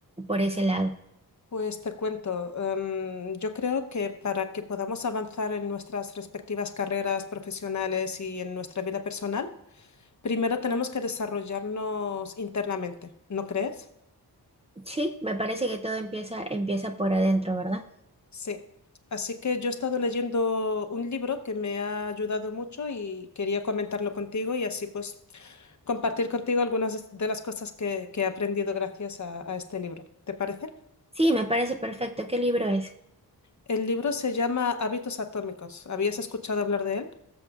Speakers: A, on the right (about 15°); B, on the left (about 50°).
A: por ese lado.
B: Pues te cuento, em, yo creo que para que podamos avanzar en nuestras respectivas carreras profesionales y en nuestra vida personal, primero tenemos que desarrollarnos internamente, ¿no crees?
A: Sí, me parece que todo empieza, empieza por adentro, ¿verdad?
B: Sí. Así que yo he estado leyendo un libro que me ha ayudado mucho y quería comentarlo contigo y así pues compartir contigo algunas de las cosas que, que he aprendido gracias a a este libro. ¿Te parece?
A: Sí, me parece perfecto. ¿Qué libro es?
B: El libro se llama Hábitos Atómicos. ¿Habías escuchado hablar de él?